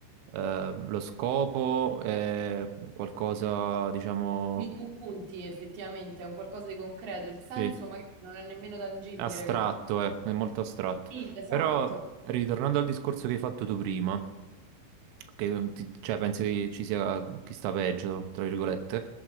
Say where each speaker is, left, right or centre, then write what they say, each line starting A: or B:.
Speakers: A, on the right (about 85°); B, on the right (about 40°).
A: eh, lo scopo è qualcosa, diciamo...
B: Qui tu punti effettivamente a un qualcosa di concreto, il senso
A: Sì,
B: magari non è nemmeno tangibile,
A: Astratto,
B: capito?
A: eh, è molto astratto.
B: Sì, esatto.
A: Però, ritornando al discorso che hai fatto tu prima, che ti- cioè, pensi che ci sia chi sta peggio, tra virgolette,